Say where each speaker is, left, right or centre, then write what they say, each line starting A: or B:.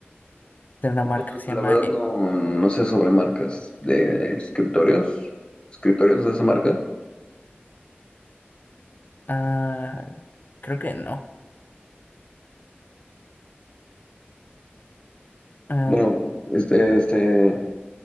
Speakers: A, on the left; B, on the left.
A: de una marca
B: No,
A: que se llama...
B: la verdad
A: eh,
B: no, no sé sobre marcas de escritorios, escritorios de esa marca.
A: ah, creo que no. Ah,
B: Bueno, este, este,